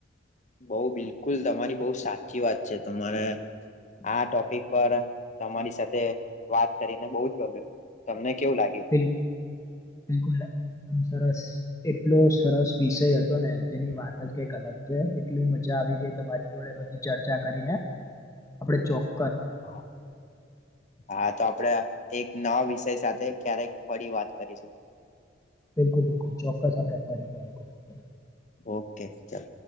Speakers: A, on the left; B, on the left.
A: બઉ બિલકુલ તમારી બઉ સાચી વાત છે તમારે આ ટોપિક પર તમારી સાથે વાત કરીને બહ જ ગમ તમને કેવું લાગ્યું?
B: બિલ બિલકુલ. સરસ એટલો સરસ વિષય હતો ને જેની વાત જ કઈક અલગ છે. કેટલું મજા આવી ગઈ તમારી જોડે બધી ચર્ચા કરીને આપડ ચો
A: હા હા તો આપડે એક નવા વિષય સાથે ક્યારેક ફરી વાત કરી છે
B: બિલકુલ બિલકુલ ચોક આપણે ફરી ક્યારેક વાત કરીશું
A: ઓકે ચાલ